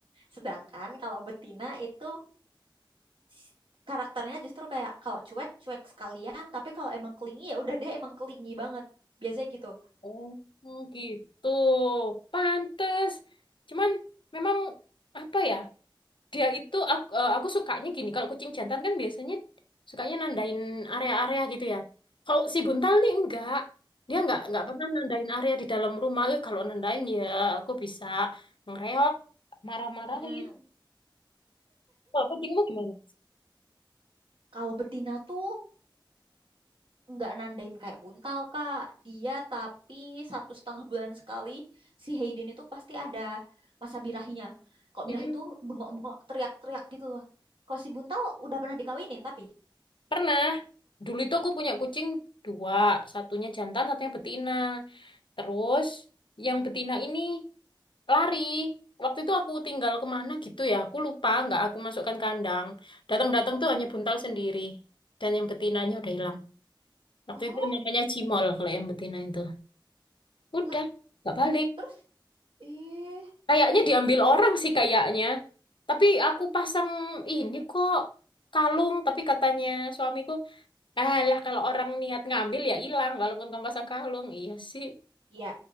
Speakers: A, on the right; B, on the left.
A: Sedangkan kalau betina itu s- karakternya justru kayak kalau cuek cuek sekalian, tapi kalau emang clingy ya udah dia emang clingy banget. Biasanya gitu.
B: Oh, oh gitu. Pantes. Cuman memang apa ya? Dia itu aku, eh, aku sukanya gini. Kalau kucing jantan kan biasanya sukanya nandain area-area gitu ya. Kalau si buntal nih enggak. Dia enggak enggak pernah nandain area di dalam rumah. Eh, kalau nandain ya aku bisa ngereok, marah-marahin.
A: Mm-mm.
B: Kalau kucingmu gimana?
A: Kalau betina tuh nggak nandain kayak buntal kak dia tapi satu setengah bulan sekali si Hayden itu pasti ada masa birahinya kok
B: Hmm.
A: birah itu bengok-bengok teriak-teriak gitu loh kalau si buntal udah pernah dikawinin tapi
B: Pernah. Dulu itu aku punya kucing dua, satunya jantan, satunya betina. Terus yang betina ini lari. Waktu itu aku tinggal kemana gitu ya, aku lupa, nggak aku masukkan kandang. Datang-datang tuh hanya buntal sendiri. Dan yang betinanya udah hilang. Waktu
A: oh
B: itu namanya Cimol kalau yang betina itu. Udah,
A: lah
B: nggak balik.
A: terus eh
B: Kayaknya diambil orang sih kayaknya. Tapi aku pasang ini kok kalung, tapi katanya suamiku Ah lah kalau orang niat ngambil ya hilang walaupun kamu pasang kalung. Iya sih.
A: ya